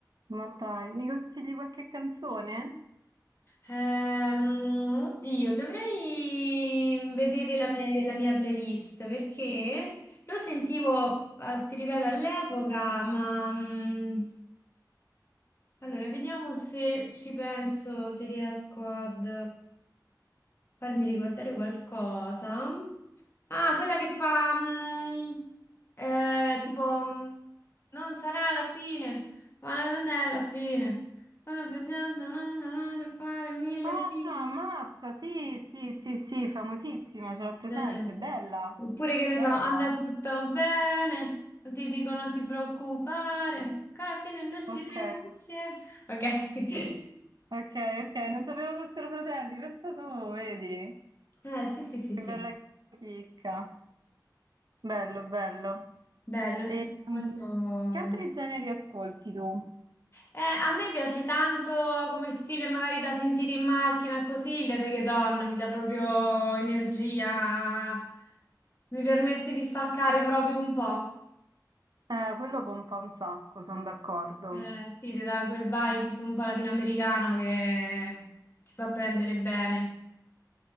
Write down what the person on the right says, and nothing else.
Ma dai, mi consigli qualche canzone?
Ah,
ammazza, sì, sì, sì, sì, famosissima, ce l'ho presente,
bella,
bella,
ok,
ok, ok, non sapevo fossero fratelli, pensa tu, vedi,
che
bella chicca, bello, bello.
E,
mm,
che altri generi ascolti tu?
Eh, quello pompa un sacco, sono d'accordo.